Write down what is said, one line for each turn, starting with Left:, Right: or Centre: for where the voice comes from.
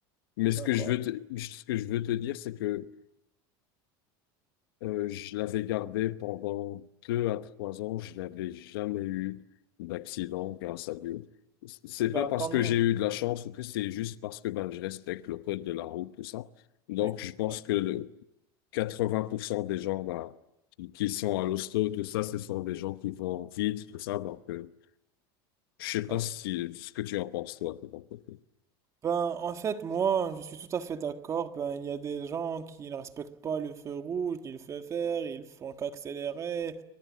Left: Mais ce
Right: d'accord.
Left: que je veux te, ce que je veux te dire, c'est que euh, je l'avais gardée pendant deux à trois ans. Je n'avais jamais eu d'accident, grâce à Dieu. C'est
Right: Ben,
Left: pas parce
Right: tant
Left: que
Right: mieux.
Left: j'ai eu de la chance ou tout, c'est juste parce que ben, je respecte le code de la route, tout ça. Donc,
Right: Oui,
Left: je pense
Right: oui,
Left: que le 80% des gens ben, qui, qui sont à l'hosto, tout ça, ce sont des gens qui vont vite, tout ça. Donc, euh, je sais pas
Right: oui.
Left: si ce que tu en penses, toi, de ton côté.
Right: Ben, en fait, moi, je suis tout à fait d'accord. Ben, il y a des gens qui ne respectent pas le feu rouge, ni le feu vert, ils font qu'accélérer.